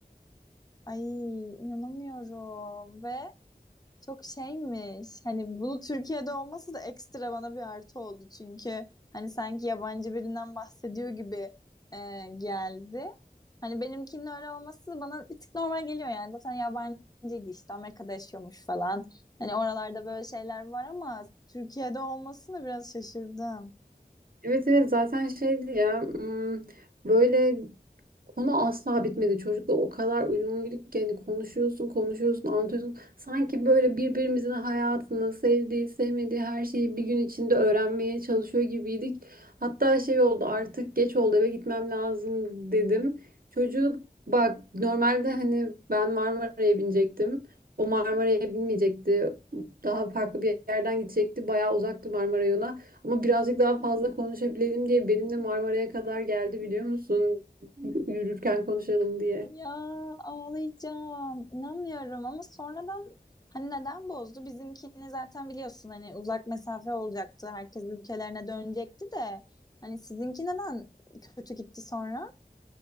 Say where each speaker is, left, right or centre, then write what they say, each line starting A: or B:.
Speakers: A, on the left; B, on the right.
A: Ay inanamıyorum ve Çok şeymiş. Hani bunu Türkiye'de olması da ekstra bana bir artı oldu. Çünkü hani sanki yabancı birinden bahsediyor gibi e, geldi. Hani benimkinin öyle olması bana bir tık normal geliyor yani. Zaten yabancıydı işte Amerika'da yaşıyormuş falan. Hani oralarda böyle şeyler var ama Türkiye'de olmasına biraz şaşırdım.
B: Evet evet zaten şeydi ya hmm, böyle konu asla bitmedi. Çocukla o kadar uyumluyduk ki hani konuşuyorsun konuşuyorsun anlatıyorsun. Sanki böyle birbirimizin hayatını sevdiği sevmediği her şeyi bir gün içinde öğrenmeye çalışıyor gibiydik. Hatta şey oldu artık geç oldu eve gitmem lazım dedim. Çocuk bak normalde hani ben Marmara'ya binecektim. O Marmara'ya binmeyecekti. Daha farklı bir yerden gidecekti. Bayağı uzaktı Marmara yolu. Ama birazcık daha fazla konuşabilelim diye benimle Marmara'ya kadar geldi biliyor musun? Yürürken konuşalım diye.
A: Ya ağlayacağım. İnanmıyorum ama sonradan hani neden bozdu? Bizimkini zaten biliyorsun hani uzak mesafe olacaktı. Herkes ülkelerine dönecekti de hani sizinki neden kötü gitti sonra?